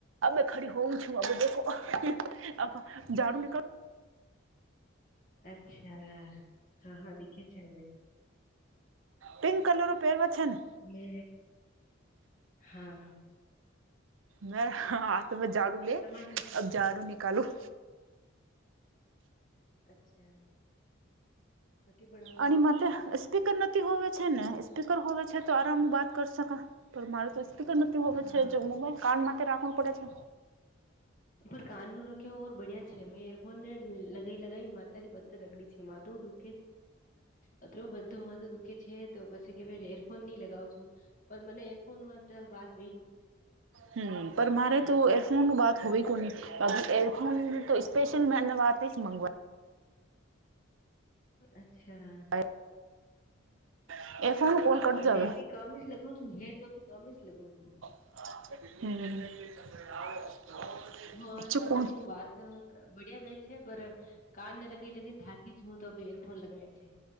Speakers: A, on the right (about 80°); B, on the left (about 40°).
A: અ ખરી હોઉ છુંો ઝડું નીકળ
B: અચ્છા હા હા દીખે છેવે
A: પિંક કલર પહેરવા છે ને
B: મે હા
A: મે હાથ મે ઝાડુ લે
B: તમારે
A: અબ ઝાડુ નિકાલું
B: અચ્છા રુટી બાવ
A: આ માટે સ્પીકર નથી હોવે છે ને સ્પીકર હોવે છે તો આરામ બાત કરી સક પણ મારે તો સ્પીકર નથી હોવે
B: હા
A: છે જો મોબાઈલ કાન માટે રાખવું પડે છે
B: ઉપર કાન નો રખ્યોર બડ્યા છે મેં એરફોન ને લગાઈ લગીને માતારી પથ્થર રગડી છે મા દુઃખ અ બધું તો દુખે છે તો પછ કે એરફોન નહી લગાવું છું પણ મને એરફોન માટેાલ વાત વ
A: હ પર મારે તો એરફોનનું બાત હોવી કોની અી એયરફોન તો સ્પેશલ મેને વાત મંગવા
B: અચ્છા
A: હ હમ કટ
B: મેં
A: જાવ
B: ભી કમેી જ લગું છ હ તો ભી કમેજ લગું છ
A: હમ
B: ફન
A: અચ્છા કોણ
B: મુબત બડિયા વ છે પર કાન ન લગી લગીને થાકી જું તો એરફોન લગાવ છે